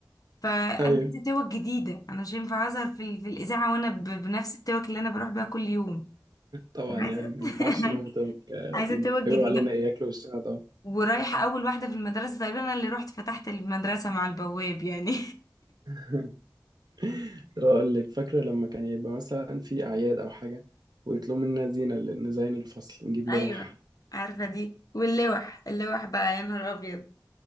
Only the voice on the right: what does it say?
ايوه
طبعا
يعني
ما ينفعش
نروح بتوع
قديم
هيقولوا علينا ايه ياكلوا وشنا طبعا
<laughs> اقول لك فاكره لما كان يبقى مثلا في اعياد او حاجه ويطلبوا منا زينه ل- نزين الفصل
ونجيب
لوح